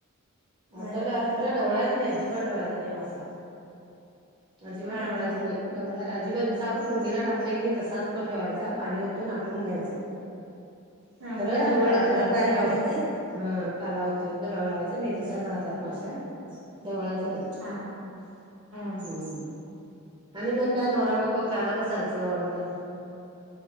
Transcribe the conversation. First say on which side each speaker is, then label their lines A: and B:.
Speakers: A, on the right (about 20°); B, on the right (about 75°).
A: आठवल्या
B: भारी लागते
A: खरं ढवळायचं नाही. अजिबात ढवळायचा नाही, मासा अजिबात
B: हा
A: ढवळायचा नाही. डवळा अजिबात जसा आपण पुडणीला टाको की नाही तसाच तो ठेवायचा. पाणी ओतून आठवून घ्यायचं
B: हा
A: खरंड
B: मग ते ढवळलं
A: आ
B: तर
A: राज
B: का बारीक
A: डावा.
B: होत्यात काय
A: हा काला होतो म्हणजे ढवळायचं नाही तशाच राहतात माश्या ढवळायचं नाही.
B: हा हा
A: हम्म. आणि मग काय नवरा बायको खायला बसायचं, वाढून घेऊन.